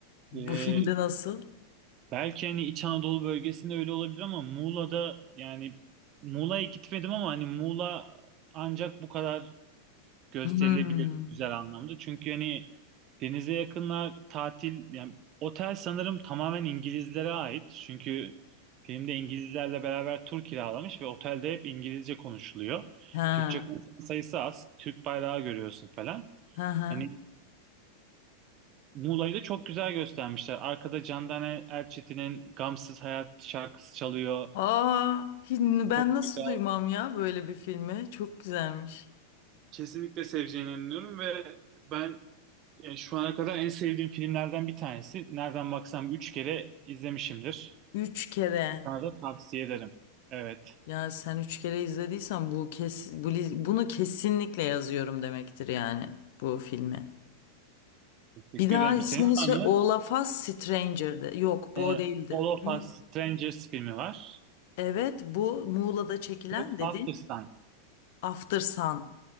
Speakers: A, on the left; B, on the right.
A: Bu
B: e,
A: filmde nasıl?
B: Belki hani İç Anadolu bölgesinde öyle olabilir ama Muğla'da yani Muğla'ya gitmedim ama hani Muğla ancak bu kadar gösterilebilir
A: Hmm.
B: güzel anlamda. Çünkü hani denize yakınlar tatil yani otel sanırım tamamen İngilizlere ait. Çünkü filmde İngilizlerle beraber tur kiralamış ve otelde hep İngilizce konuşuluyor.
A: Ha.
B: Türkçe konuşan sayısı az. Türk bayrağı görüyorsun falan.
A: Ha ha.
B: Hani Muğla'yı da çok güzel göstermişler. Arkada Candan Er- Erçetin'in Gamsız Hayat şarkısı çalıyor.
A: Aa, hi- ben
B: Çok
A: nasıl
B: güzel.
A: duymam ya böyle bir filmi? Çok güzelmiş.
B: Kesinlikle seveceğine inanıyorum ve ben yani şu ana kadar en sevdiğim filmlerden bir tanesi. Nereden baksam 3 kere izlemişimdir.
A: Üç kere.
B: Sana da tavsiye ederim. Evet.
A: Ya sen üç kere izlediysen bu kes bu li- bunu kesinlikle yazıyorum demektir yani bu filmi.
B: Teşekkür
A: Bir daha
B: ederim.
A: ismini
B: Senin var
A: söyle.
B: mı?
A: Olaf Us Stranger'dı. Yok bu
B: Ee,
A: o değildi.
B: All of
A: Ne?
B: Us Strangers filmi var.
A: Evet bu Muğla'da çekilen
B: Bu
A: dedin.
B: After Sun.
A: After Sun.